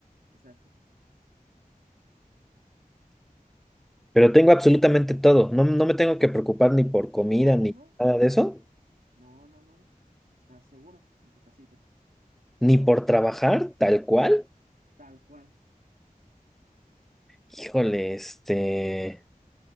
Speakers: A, on the right; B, in the centre.
A: Exacto.
B: Pero tengo absolutamente todo, no, no me tengo que preocupar ni por comida,
A: No, no,
B: ni
A: no.
B: nada de eso,
A: No, no, no. Estás seguro en tu casita.
B: ni por trabajar tal cual.
A: Tal cual.
B: Híjole, este...